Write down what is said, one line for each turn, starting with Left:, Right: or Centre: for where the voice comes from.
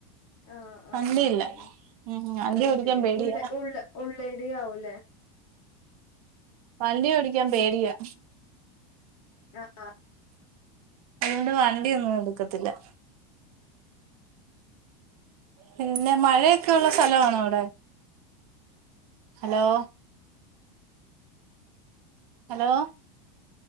Left: ആഹ ആഹ്
Right: വണ്ടിയില്ല
Left: ആഹ് ആഹ് മ്മ്
Right: ഉം വണ്ടി
Left: അ
Right: ഓടിക്കാൻ
Left: ശരി
Right: പേടിയാ
Left: ഉള്ള്. ഉള്ള്. ഉള്ളേരിയാവുലേ..
Right: വണ്ടി ഓടിക്കാൻ പേടിയാ..
Left: ആഹ്.
Right: അതോണ്ട്. വണ്ടിയൊന്നുടുക്കത്തില്ല.. പിന്നെ മഴയൊക്കെ ഉള്ള സ്ഥലണോ അവടെ.. ഹലോ.. അലോ.